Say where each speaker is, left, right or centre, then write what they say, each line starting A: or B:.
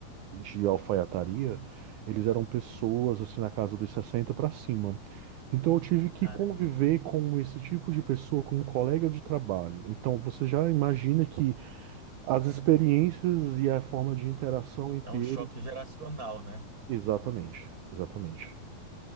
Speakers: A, on the right; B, on the right.
A: de alfaiataria, eles eram pessoas assim na casa dos 60 para cima. Então eu tive que
B: Caramba.
A: conviver com esse tipo de pessoa como colega de trabalho. Então você já imagina que as experiências e a forma de interação entre
B: É um choque
A: eles.
B: geracional, né?
A: Exatamente, exatamente.